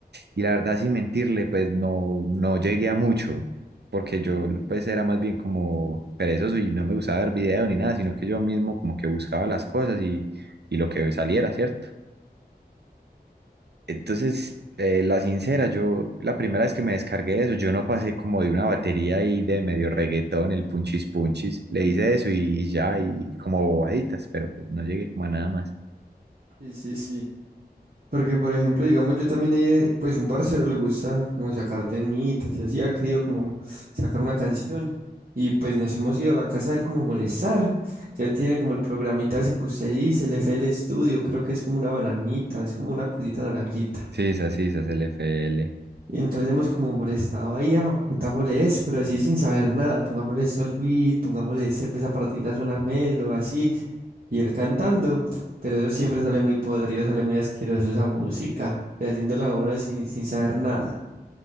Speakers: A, on the right; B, on the right.
A: Y la verdad, sin mentirle, pues no, no llegué a mucho, porque yo pues era más bien como perezoso y no me gustaba ver video ni nada, sino que yo mismo como que buscaba las cosas y, y lo que saliera, ¿cierto? Entonces, eh, la sincera, yo la primera vez que me descargué eso, yo no pasé como de una batería y de medio reggaetón, el punchis punchis. Le hice eso y ya, y como bobaditas, pero pues no llegué como a nada más.
B: Sí, sí, sí. Porque, por ejemplo, digamos, yo también, he- pues un parcero le gusta como sacar temitas y así ha querido como sacar una canción. Y pues nos hemos ido a la casa de él como a molestar, que él tiene como el programita ese que usted dice, el FL Studio, creo que es como una bananita, es como una cosita naranjita.
A: Sí, esa sí, esa es el FL.
B: Y entonces hemos como molestado ahí, ah, metámosle eso, pero así sin saber nada, pongámosle Solbeat, pongámosle ese, pues, esa partidita suena melo, así, y él cantando, pero eso siempre sale muy podrido, sale muy asqueroso esa música, y haciéndola a uno sin, sin saber nada,